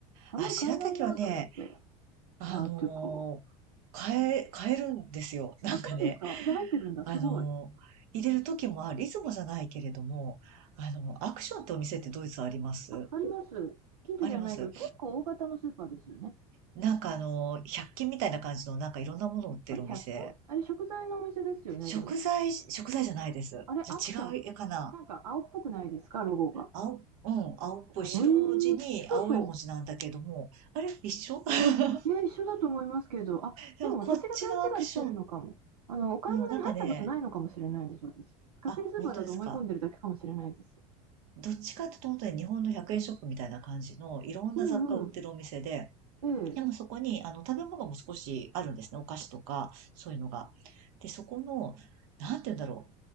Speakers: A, on the right; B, on the right.
A: あんまり買えないなと思って。
B: あ、白滝はね、あのー買え、
A: ああ、というか、
B: 買えるんですよ。<laughs> なんかね、
A: あ、そうですか。じゃあ入ってるんだ。すごい。
B: あのー入れる時もある。いつもじゃないけれども、あの、アクションってお店ってドイツあります
A: あ、あります。近所にはないけど、
B: あります。
A: 結構大型のスーパーですよね。
B: なんかあのー、1均みたいな感じのなんかいろんなもの売ってるお店。
A: あれ、100均あれ、食材のお店ですよね、
B: 食材、
A: でも。
B: 食材じゃないです。
A: あれ、
B: じゃあ違う絵かな。
A: アクション。なんか青っぽくないですか、ロゴが。
B: 青、うん、青っぽい白地に青い文字なんだけども、
A: あれ、そうそ
B: あれ一緒 <laughs>
A: う。いや、一緒だと思いますけど、あ、
B: でもこっちのアクション、
A: でも私が勘違いしてるのかも。あの、お買い物に入ったことないのかもしれないです、
B: うん、なんかね、
A: 私。勝手にスーパーだと思い込んでるだけかもしれないです。
B: あ、本当ですか。どっちかっていうと本当に日本の100円ショップみたいな感じのいろんな雑貨売ってるお店で、
A: うんうん。え
B: でもそこにあの食べ物も少しあるんですね。お菓子とか、そういうのが。で、そこの、なんて言うんだろ